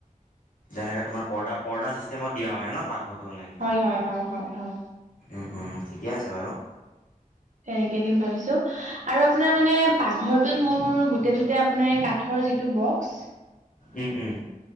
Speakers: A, on the left; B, on the right.
A: যেনেকে তোমাৰ পৰ্দা পৰ্দা চিষ্টেমত দিয়া হয় ন পাকঘৰটো মানে এনেকা।
B: হয় হয় হয় হয় হয়
A: উম উম ঠিকে আছে বাৰু
B: তেনেকেই দিম ভাবিছোঁ আৰু আপোনাৰ মানে পাকঘৰটোত মোৰ গোট ততে আপোনাৰ এই কাঠৰ যিটো বক্স
A: উম উম